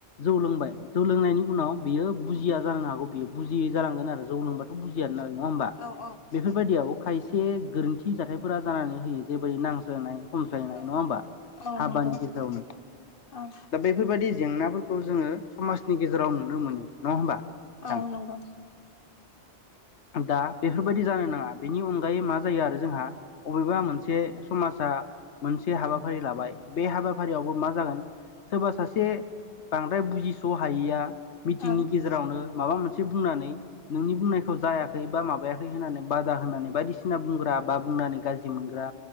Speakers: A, on the left; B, on the left.
A: जौ लोंबाय जौ लोंनायनि उनाव बियो बुजिया जालांनो हागौ बियो बुजियै जालांगोन आरो जौ लोंबाथ' बुजिया नाल <unintelligible> नङा होमबा
B: औ
A: बेफोरबायदियाव खाय एसे गोरोन्थि जाथायफोरा जानानै होयो जेबोयै नांज्लायनाय खमज्लायनाय नङा
B: औ
A: होमबा
B: औ
A: हाबानि
B: नंगौ
A: गेजेरावनो
B: औ
A: दा बेफोरबायदि जेंनाफोरखौ जोङो समाजनि गेजेराव नुनो मोनो। नङा होमबा नोंथां
B: औ औ नंगौ।
A: दा बेफोरबायदि जानो नाङा बेनि अनगायै मा जायो आरो जोंहा अबेबा मोनसे समाजा <unintelligible> मोनसे हाबाफारि लाबाय बे हाबाफारियावबो मा जागोन सोरबा सासे बांद्राय बुजिस' हायैया मिटिंनि
B: औ
A: गेजेरावनो माबा मोनसे बुंनानै नोंनि बुंनायख खौ जायाखै बा माबायाखै होननानै बादा होननानै बायदिसिना बुंग्रा बा बुंनानै गाज्रि मोनग्रा